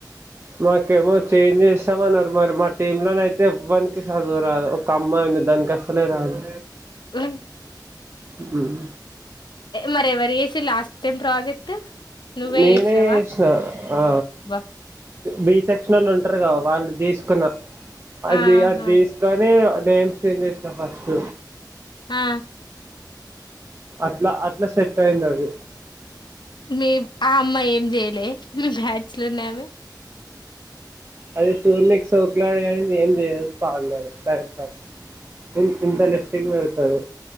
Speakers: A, on the right; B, on the left.
A: మాకేమో చేంజ్ చేస్తామన్నారు మరి మా టీమ్లోన అయితే ఎవన్కి చదువురాదు ఒక అమ్మాయి ఉంది దానికి అసలే రాదు
B: మ్
A: మ్
B: మరి ఎవరు చేసిల్ లాస్ట్ టైం ప్రాజెక్ట్ నువ్వే
A: నేనే
B: చేసినవా
A: చేసిన ఆ
B: బా
A: బి సెక్షనొళ్ళు ఉంటారు కదా, వాళ్ళు తీసుకున్న అది
B: ఆహా
A: అదిస్ కానీ నేమ్స్ చేంజ్ చేసినా ఫస్ట్
B: ఆ
A: అట్ల అట్ల సెట్ అయింది అది
B: మీ ఆ అమ్మాయి ఏం చేయలే మీ బ్యాచ్ లో ఉన్న ఆమె
A: అది సూడ్నికి సోక్లాడి కాని ఏం చేయదు పాడలేదు టైంపాస్ కి ఇ ఇంత లిప్స్టిక్ పెడతాది